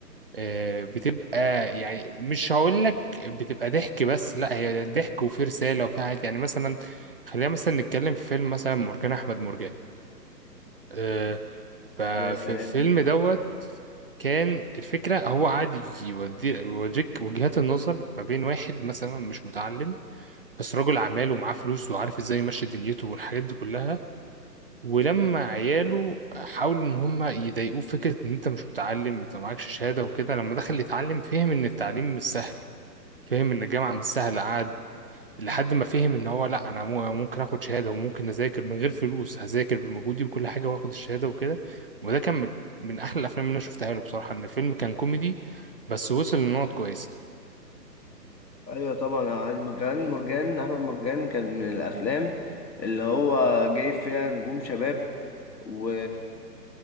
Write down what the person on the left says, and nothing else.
يا سلام
ايوه طبعا أنا عارف مكان مرجان احمد مرجان كان من الافلام اللي هو جايب فيها نجوم شباب و